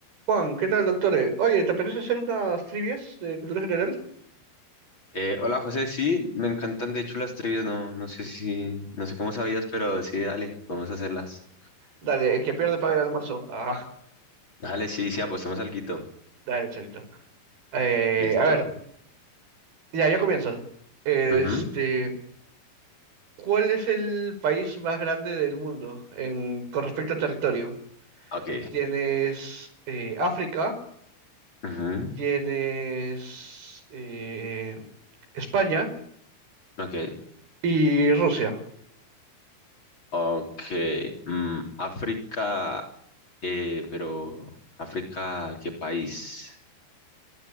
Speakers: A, on the right; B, on the left.
A: Juan, ¿qué tal, doctor? Eh, Oye, ¿te apetece hacer unas trivias de cultura general?
B: Eh, hola José, sí, me encantan de hecho las trivias, no, no sé si, no sé cómo sabías, pero sí, dale, vamos a hacerlas.
A: Dale, el que pierde paga el almuerzo. Ah,
B: Dale, sí, sí, apostemos alguito.
A: <laughs> dale, cholito. Eh,
B: Listo.
A: a ver, ya, yo comienzo. Este,
B: Ujú,
A: ¿cuál es el país más grande del mundo en, con respecto a territorio?
B: Ok.
A: Tienes eh, África,
B: ujú,
A: tienes eh, España
B: Ok.
A: y Rusia.
B: Ok. mm, África, eh, pero África, ¿qué país?